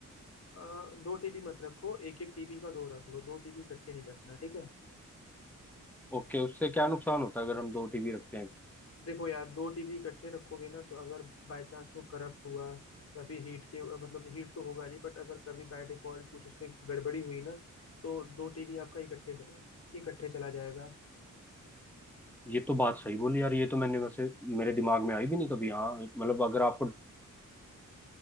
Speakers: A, on the left; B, in the centre.
A: अ, दो टीबी मत रखो एक एक टीबी का दो रख लो दो टीबी इकट्ठे नहीं रखना ठीक है
B: ओके उससे क्या नुकसान होता है अगर हम दो टीबी रखते हैं
A: देखो यार दो टीबी इकट्ठे रखोगे ना तो अगर बाय चांस वो करप्ट हुआ या फिर हीट के मतलब हीट तो होगा नहीं बट अगर कभी बाय डिफॉल्ट कुछ उसमें गड़बड़ी हुई ना तो दो टीबी आपका इकट्ठे चला इकट्ठे चला जाएगा
B: ये तो बात सही बोली यार ये तो मैंने वैसे मेरे दिमाग में आई भी नहीं कभी हाँ मतलब अगर आपको